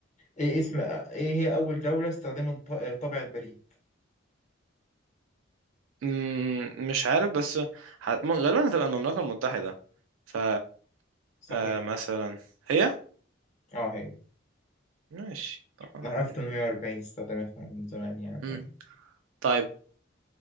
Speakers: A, on the left; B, on the right.
A: إيه اسم إيه هي أول دولة استخدمت ط- طابع البريد؟
B: مم، مش عارف بس ح- م- غالبا هتبقى المملكه المتحده ف
A: صحيح
B: آه، مثلا هي
A: أه هي
B: ماشي طب-
A: من
B: حلو.
A: 1840 استخدمتها من زمان يعني
B: مم. طيب